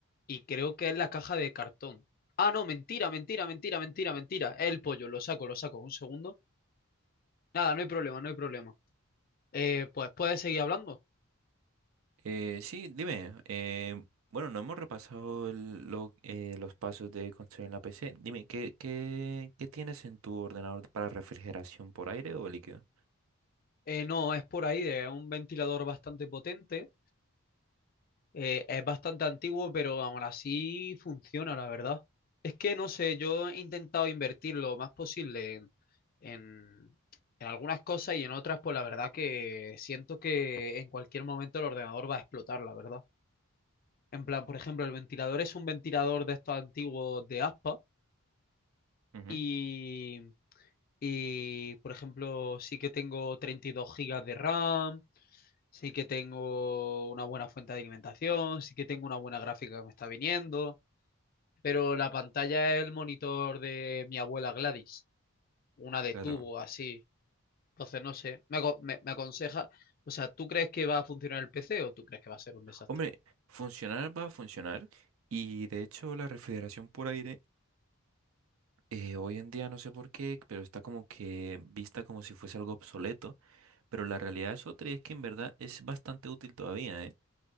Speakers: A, on the left; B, on the right.
A: y creo que es la caja de cartón. Ah, no, mentira, mentira, mentira, mentira, mentira. Es el pollo, lo saco, lo saco. Un segundo. Nada, no hay problema, no hay problema. Eh, pues puedes seguir hablando.
B: Eh, sí, dime. eh, bueno, no hemos repasado el- lo- eh, los pasos de construir la PC. Dime, ¿qué, qué, qué tienes en tu ordenador para refrigeración por aire o líquido?
A: Eh, no, es por ahí, es un ventilador bastante potente. eh, es bastante antiguo, pero aún así funciona, la verdad. Es que no sé, yo he intentado invertir lo más posible en, en, en algunas cosas y en otras, pues la verdad que siento que en cualquier momento el ordenador va a explotar, la verdad. En plan, por ejemplo, el ventilador es un ventilador de estos antiguos de aspa
B: Ujú,
A: y, y, por ejemplo, sí que tengo 32 gigas de RAM, sí que tengo una buena fuente de alimentación, sí que tengo una buena gráfica que me está viniendo, pero la pantalla es el monitor de mi abuela Gladys, una de
B: Claro.
A: tubo así. Entonces, no sé, me, aco- me, me aconseja, o sea, ¿tú crees que va a funcionar el PC o tú crees que va a ser un desastre?
B: Hombre, funcionar va a funcionar. Y de hecho, la refrigeración por aire, eh, hoy en día no sé por qué, pero está como que vista como si fuese algo obsoleto. Pero la realidad es otra y es que en verdad es bastante útil todavía, ¿eh?